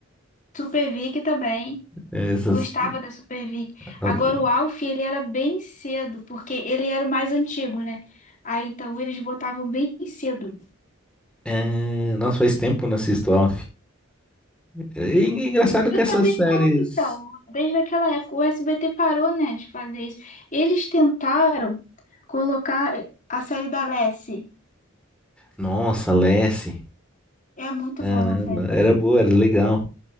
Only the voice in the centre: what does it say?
Essas,
as-
é, nossa, faz tempo que eu não assisto Alf. E, e engraçado
que essas
séries.
Nossa, Lassie.
Caramba,
era
boa, era legal.